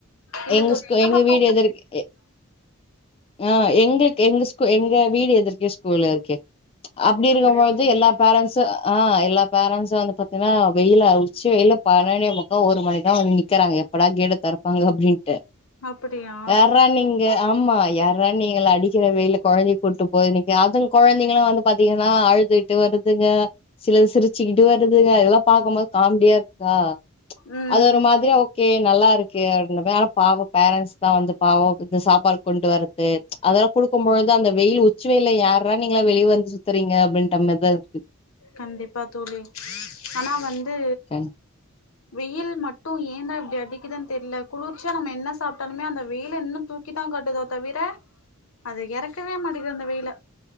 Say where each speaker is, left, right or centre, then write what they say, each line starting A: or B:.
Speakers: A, on the left; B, on the left.
A: இல்ல
B: எங்க
A: தோழி
B: ஸ்கூ எங்க
A: பாப்பா
B: வீடு எதிரிக் எ ஆ எங்களுக் எங்க் ஸ்கூ எங்க வீடு எதிர்கவே ஸ்கூல் இருக்கு அப்டி இருக்கும்பொழுது
A: அப்படியா தோழி
B: எல்லா பேரண்ட்ஸ்சு ஆ எல்லா பேரண்ட்ஸ்சு வந்து பாத்தேனா வெயிலு <unintelligible> உச்சி வெயில்ல பதனொன்னே முக்கா ஒரு மணிக்தா வந்து நிக்கறாங்க எப்படா கேட் அ தெறப்பாங்க அப்டின்ட்டு
A: அப்படியா
B: யார்ரா நீங்க ஆமா யாரா நீங்க அடிக்கிற வெயில கொழந்தை கூட்டு போயிருவீங்க அது கொழந்தைங்களா வந்து பாத்தீங்கனா அழுதுட் ட்டு வருதுங்க சிலது சிரிச்சுக்கிட்டு வருதுங்க இதெல்லா பாக்கம்போது காமெடியா இருக்கா
A: ம்
B: அது ஒரு மாத்ரியா ஓகே நல்லா இருக்கே <unintelligible> பாவ பேரண்ட்ஸ் தா வந்து பாவ இந்த சாப்பாடு கொண்ட்டு வர்றது அதெல்லா குடுக்கும்பொழுதுதா அந்த வெய்யி உச்சி வெயில யார்ரா நீங்க வெளிய வந் சுத்தறீங்க அப்டின்ற மாரிதா இருக்
A: கண்டிப்பா தோழி ஆனா வந்து
B: கண்
A: வெயில் மட்டு ஏன்தா இப்டி அடிக்குதுன் தெர்ல குளிர்ச்சியா நம்ம என்ன சாப்ட்டாலுமே அந்த வெயில இன்னு தூ க்கி தா காட்டுதோ தவிர அது இறக்கவே மாட்டேங்கிது அந்த வெயில